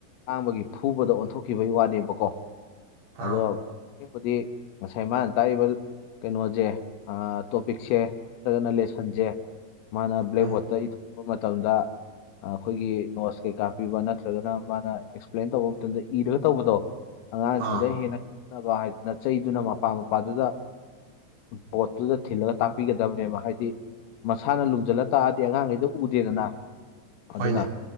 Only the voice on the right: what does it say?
ꯑꯥ
ꯎꯝ
ꯑꯥ
ꯍꯣꯏꯅꯦ